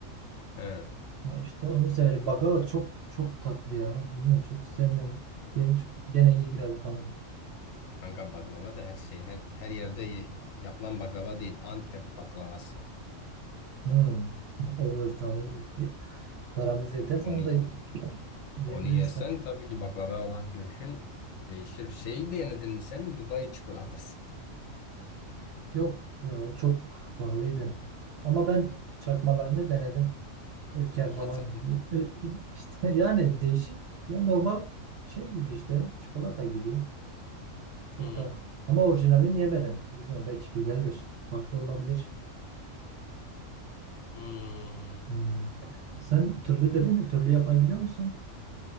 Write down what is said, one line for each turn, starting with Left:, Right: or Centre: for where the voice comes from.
Left: He.
Right: Ha işte onu severim. Baklava çok çok tatlı ya. Bilmiyorum çok sevmem. Gene, çok- gene iyi biraz bana.
Left: Kanka baklava da her şey, her, her yerde ye- yapılan baklava değil. Antep baklavası.
Right: Hmm. O tamam. Paramız yeterse
Left: Onu,
Right: onu da yiyebiliriz.
Left: onu yesen tabii ki baklava olan görüşün değişir. Şeyi de denedin mi sen? Dubai çikolatası.
Right: Yok ya o çok pahalıydı. Ama ben çakmalarını denedim. Ülker
Left: Nasıl
Right: falan.
Left: peki?
Right: Ül- ül- işte <laughs> yani değişik. Ya normal şey gibi işte. Çikolata gibi. Çok
Left: Hmm.
Right: da ama orijinalini yemedim. Bilmiyorum belki güzeldir. Farklı olabilir.
Left: Hmm.
Right: Hmm. Sen türlü dedin de türlü yapabiliyor musun?